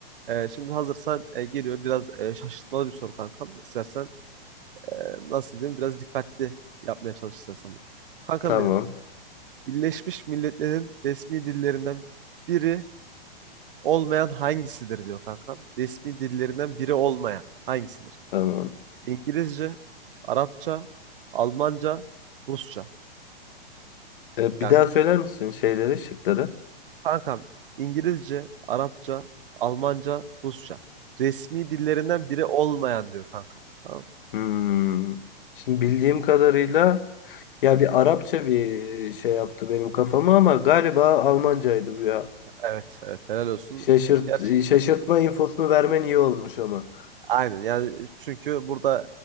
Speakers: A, on the right; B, on the left.
A: E, şimdi hazırsan e, geliyor biraz e, şaşırtmalı bir soru kankam. İstersen e, nasıl diyeyim biraz dikkatli yapmaya çalışırsan sanırım. Kankam
B: Tamam.
A: benim. Birleşmiş Milletler'in resmi dillerinden biri olmayan hangisidir diyor kankam. Resmi dillerinden biri olmayan hangisidir?
B: Tamam.
A: İngilizce, Arapça, Almanca, Rusça.
B: E, bir
A: Yani
B: daha söyler misin şeyleri, şıkları?
A: kankam İngilizce, Arapça, Almanca, Rusça. Resmi dillerinden biri olmayan diyor kankam. Tamam.
B: Hmm. Şimdi bildiğim kadarıyla ya bir Arapça bir şey yaptı benim kafama ama galiba Almancaydı bu ya.
A: Evet, evet helal olsun.
B: Şaşırt,
A: Ger
B: şaşırtma infosunu vermen iyi olmuş ama.
A: Aynen yani çünkü burada